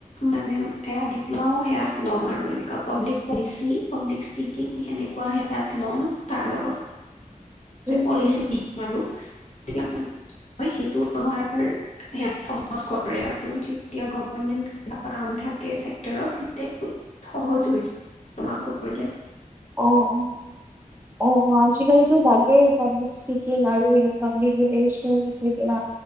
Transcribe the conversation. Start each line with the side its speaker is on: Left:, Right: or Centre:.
Left: মানে এয়া ডিপ্ল'মাও সেয়াত ল'ম আৰু এনেকুৱা পাব্লিক পলিচি পাব্লিক স্পীকিং সেনেকুৱা সেয়াত ল'ম তাৰ লগত
Right: উম
Left: পলিচিও
Right: হম
Left: শিকিম আৰু তেতিয়া মানে সেইটো আমাৰ সেয়া সহজ কৰে আৰু যেতিয়া গভমেণ্ট কিবা কাম থাকে চেক্টৰত তেতিয়াতো সহজ হৈ যাব ডিপ্লমা কৰিলে।
Right: অ অ অ আজিকালিতো লাগেই পাব্লিক স্পিকিং আৰু পাব্লিক ৰিলেচন সেইদিনা